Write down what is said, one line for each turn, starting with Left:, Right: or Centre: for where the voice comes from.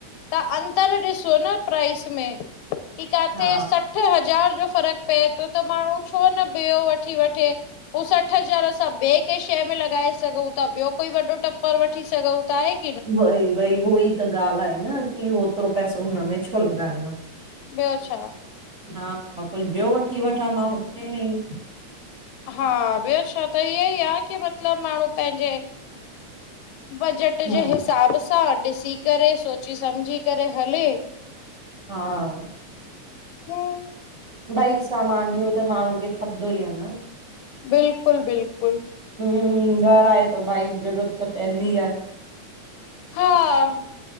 Left: ताहां अंतर ॾिसो न प्राइस मे। कि कारें
Right: हा
Left: सठ सठ हज़ार जो फर्क पए थो त माण्हू छो न ॿियौ वठी वठे। हूं सठ हज़ार असा ॿिए कैऐ शइ मे लॻाए सघू था ॿियो कोई वॾो टपर वठी सघूं। <unintelligible>
Right: वई वई उहो ई त ॻाल्ही आहे न की होतरो पैसो हुनमे छो लॻाणो।
Left: ॿियो छा।
Right: हा, कोई ॿियो वठी वठंदो होतरे मे ही।
Left: हा ॿयो छा त इअं ई आ की मतलब माण्हूं पहिजे बजट
Right: हा
Left: जे हिसाब सा ॾिसी करे सोची समझी करे हले
Right: हा।
Left: हम्म
Right: भिई सामान त माण्हूं खे खपंदो ही आ न।
Left: बिल्कुल -बिल्कुल।
Right: हम्म घर आहे त भाई ज़रूरत त पईंदी आहे।
Left: हा